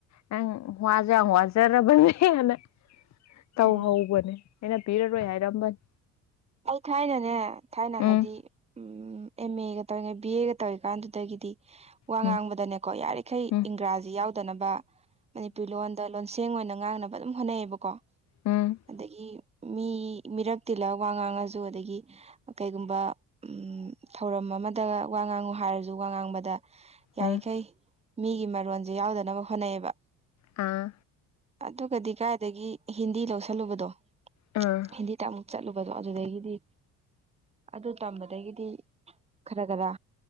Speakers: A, on the left; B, on the right.
A: ꯅꯪ ꯋꯁꯨ ꯌꯥꯝ ꯋꯖꯥꯔꯕꯅꯦ ꯇꯧꯍꯧꯕꯅꯦ
B: ꯎꯝ
A: ꯑꯩꯅ ꯄꯤꯔꯔꯣꯏ ꯍꯥꯏꯔꯝꯕꯅꯦ
B: ꯑꯩ ꯊꯥꯏꯅꯅꯦ ꯊꯥꯏꯅ
A: ꯎꯝ
B: ꯍꯥꯏꯗꯤ ꯎꯜ ꯑꯦꯝ ꯃꯦꯒꯥ ꯇꯧꯔꯤꯅꯦ ꯕꯤ ꯑꯦꯒꯥ ꯇꯧꯋꯔꯤꯀꯥꯟꯗꯨꯗꯒꯤꯗꯤ ꯋꯥ
A: ꯎꯝ
B: ꯉꯥꯡꯕꯗꯅꯦꯀꯣ ꯌꯥꯔꯤꯈꯩ
A: ꯎꯝ
B: ꯏꯪꯒ꯭ꯔꯥꯖꯤ ꯌꯥꯎꯗꯅꯕ ꯃꯅꯤꯄꯨꯔꯤ ꯂꯣꯟꯗ ꯂꯣꯟꯁꯦꯡ ꯑꯣꯏꯅ ꯉꯥꯡꯅꯕ ꯑꯗꯨꯝ ꯍꯣꯠꯅꯩꯌꯦꯕꯀꯣ
A: ꯎꯝ ꯎꯝ
B: ꯑꯗꯒꯤ ꯃꯤ ꯃꯤꯔꯛ ꯇꯤꯜꯂꯒ ꯋꯥ ꯉꯥꯡꯉꯁꯨ ꯑꯗꯒꯤ ꯀꯩꯒꯨꯝꯕ ꯎꯝ ꯊꯧꯔꯝ ꯑꯃꯗ ꯋꯥ ꯉꯥꯡꯉꯨ ꯍꯥꯏꯔꯁꯨ ꯋꯥ ꯉꯥꯡꯕꯗ ꯌꯥꯔꯤꯈꯩ
A: ꯎꯝ
B: ꯃꯤꯒꯤ ꯃꯔꯣꯟꯁꯦ ꯌꯥꯎꯗꯅꯕ ꯍꯣꯠꯅꯩꯌꯦꯕ
A: ꯑꯥ
B: ꯑꯗꯨꯒꯗꯤ ꯀꯥꯏꯗꯒꯤ ꯍꯤꯟꯗꯤ ꯂꯧꯁꯜꯂꯨꯕꯗꯣ
A: ꯑꯥ
B: ꯍꯤꯟꯗꯤꯗ ꯑꯃꯨꯛ ꯆꯠꯂꯨ ꯕꯗꯣ ꯑꯗꯨꯗꯒꯤꯗꯤ ꯑꯗꯨ ꯇꯝꯕꯗꯒꯤꯗꯤ ꯈꯔ ꯈꯔ